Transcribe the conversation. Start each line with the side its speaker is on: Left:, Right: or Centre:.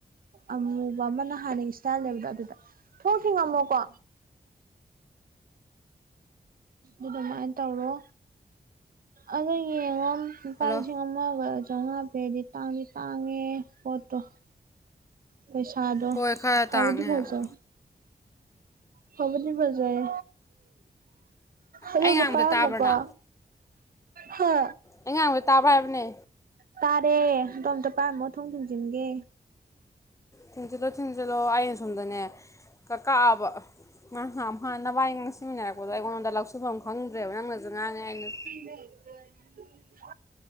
Right: ꯑꯃꯨꯕ ꯑꯃꯅ ꯍꯥꯟꯅꯒꯤ ꯏꯁꯇꯥꯏꯜ ꯂꯩꯕꯗꯣ ꯑꯗꯨꯗ ꯊꯣꯡ ꯊꯤꯡꯉꯝꯃꯣꯀꯣ ꯑꯗꯨꯃꯥꯏꯅ ꯇꯧꯔꯣ ꯑꯗꯣ ꯌꯦꯡꯉꯣ ꯂꯨꯄꯥ
Left: ꯍꯜꯂꯣ
Right: ꯂꯤꯁꯤꯡ ꯑꯃꯒ ꯆꯧꯉꯥ ꯄꯤꯔꯗꯤ ꯇꯥꯡꯗꯤ ꯇꯥꯡꯉꯦ ꯄꯣꯠꯇꯣ ꯄꯩꯁꯥꯗꯣ
Left: ꯍꯣꯏ ꯈꯔ
Right: ꯐꯕꯨꯗꯤ
Left: ꯇꯥꯡꯉꯦ
Right: ꯐꯖꯩ
Left: ꯍꯥꯏꯕ
Right: ꯐꯕꯨꯗꯤ ꯐꯖꯩ ꯑꯗꯨꯗꯤ
Left: ꯑꯩ ꯉꯥꯡꯕꯗ
Right: ꯄꯥꯏꯔꯝꯃꯨꯀꯣ
Left: ꯇꯥꯕ꯭ꯔꯅ
Right: ꯍꯥ
Left: ꯑꯩ ꯉꯉꯥꯡꯗ ꯇꯥꯕꯔ ꯍꯥꯏꯕꯅꯦ
Right: ꯇꯥꯔꯦ ꯑꯗꯣꯝꯇ ꯄꯥꯏꯝꯃꯣ ꯊꯣꯡ ꯊꯨꯡꯖꯤꯟꯒꯦ
Left: ꯊꯤꯟꯖꯤꯜꯂꯣ ꯊꯤꯟꯖꯤꯜꯂꯣ ꯑꯩꯅ ꯁꯣꯝꯗꯅꯦ ꯀ ꯀꯛꯑꯕ ꯅ ꯅꯚꯏ ꯉꯥꯡꯁꯤꯃꯤꯟꯅꯔꯛꯄꯗꯣ ꯑꯩꯉꯣꯟꯗ ꯂꯧꯁꯨꯐꯝ ꯈꯪꯗ꯭ꯔꯦꯕ ꯅꯪꯅꯁꯨ ꯉꯥꯡꯉꯦ ꯑꯩꯅ
Right: <inaudible>